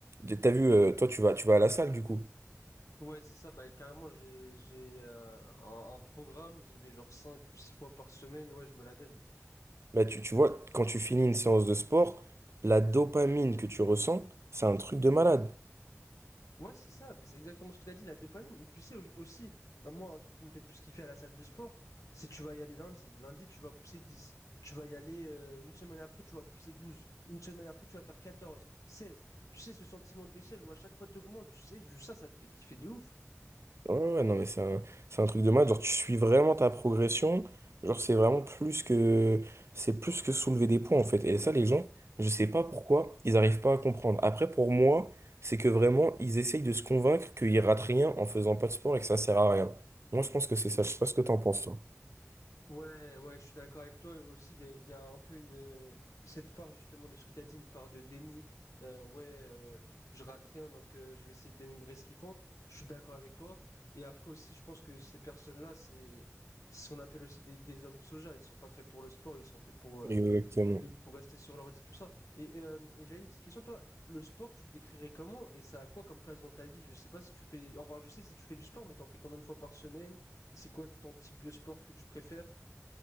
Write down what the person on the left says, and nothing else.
Ouais, c'est ça, bah carrément, j'ai, j'ai euh, un, un programme, j'y vais genre 5 ou 6 fois par semaine, ouais, je me la donne.
Ouais, c'est ça, mais c'est exactement ce que tu as dit, la dopamine. Et tu sais au- aussi, euh, moi, un truc qui me fait le plus kiffer à la salle de sport, c'est tu vas y aller lundi. Lundi, tu vas pousser 10. Tu vas y aller euh, une semaine après, tu vas pousser 12. Une semaine après, tu vas faire 14, 16. Tu sais, ce sentiment d'échelle où à chaque fois tu augmentes, tu sais, juste ça, ça te fait kiffer de ouf.
Ouais, ouais, je suis d'accord avec toi aussi. Il y a, il y a un peu une euh, cette part justement de ce que tu as dit, une part de déni. Euh, ouais, euh, je rate rien, donc euh, je vais essayer de dénigrer ce qu'ils font. Je suis d'accord avec toi. Et après aussi, je pense que ces personnes-là, c'est c'est ce qu'on appelle aussi des, des hommes soja. Ils sont pas faits pour le sport, ils sont faits pour euh,
limite pour rester sur l'ordi, tout ça. Et, euh, et j'avais une petite question, toi, le sport, tu le décrirais comment et ça a quoi comme place dans ta vie? Je sais pas si tu fais, enfin, je sais si tu fais du sport, mais t'en fais combien de fois par semaine? C'est quoi ton type de sport que tu préfères?